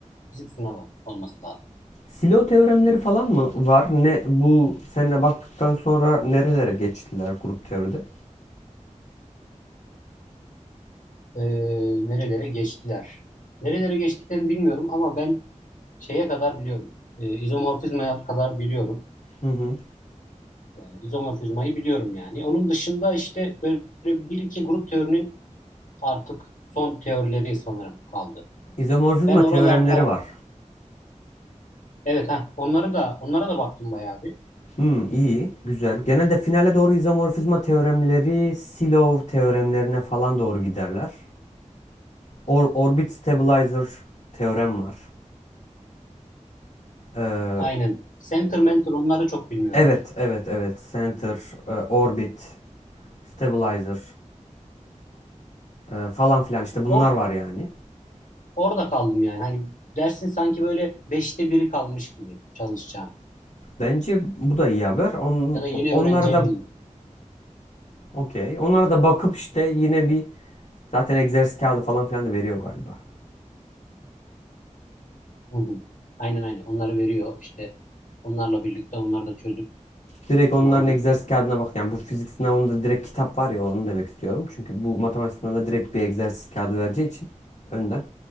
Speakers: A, on the left; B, on the left.
A: fizik sınavı olması lazım.
B: Silo teoremleri falan mı var? Ne bu seninle baktıktan sonra nerelere geçtiler grup teoride?
A: E, nerelere geçtiler? Nerelere geçtiklerini bilmiyorum ama ben şeye kadar biliyorum. E, izomorfizmaya kadar biliyorum.
B: Hı hı.
A: E, izomorfizmayı biliyorum yani. Onun dışında işte böyle bir iki grup teorinin artık son teorileri sanırım kaldı.
B: İzomorfizma
A: Ben oralarda
B: teoremleri var.
A: evet ha onları da onlara da baktım bayağı bir.
B: Hmm, iyi, güzel. Genelde finale doğru izomorfizma teoremleri Silov teoremlerine falan doğru giderler. Or orbit stabilizer teorem var. Ee,
A: Aynen. Center mentor onları çok bilmiyorum.
B: evet, evet, evet. Center, e, orbit, stabilizer e, falan filan işte bunlar
A: O
B: var yani.
A: orada kaldım yani. Hani dersin sanki böyle beşte biri kalmış gibi çalışacağım.
B: Bence bu da iyi haber. On,
A: Ya da yeni
B: onları
A: öğreneceğim
B: da
A: diyeyim.
B: Okey. Onlara da bakıp işte yine bir zaten egzersiz kağıdı falan filan da veriyor galiba.
A: Hı hı. Aynen aynen. Onları veriyor işte. Onlarla birlikte onları da çözüp
B: Direkt onların
A: sınava giriyor.
B: egzersiz kağıdına bak. Yani bu fizik sınavında direkt kitap var ya onu demek istiyorum. Çünkü bu matematik sınavında direkt bir egzersiz kağıdı vereceği için önden.